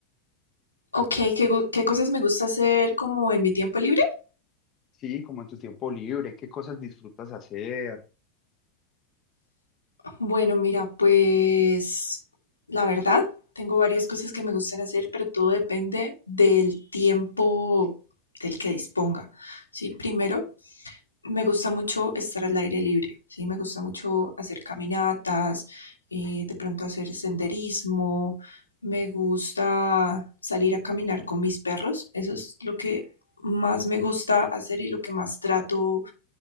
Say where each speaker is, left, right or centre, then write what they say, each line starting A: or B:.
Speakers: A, on the left; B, on the left.
A: Ok, ¿qué, gu- qué cosas me gusta hacer como en mi tiempo
B: Sí,
A: libre?
B: sí, como en tu tiempo libre, qué cosas disfrutas hacer.
A: Bueno, mira, pues la verdad, tengo varias cosas que me gustan hacer, pero todo depende del tiempo del que disponga. Sí, primero, Me gusta mucho estar al aire libre, ¿sí? Me gusta mucho hacer caminatas, eh, de pronto hacer senderismo, me gusta salir a caminar con mis perros, eso es lo que más me gusta hacer y lo que más trato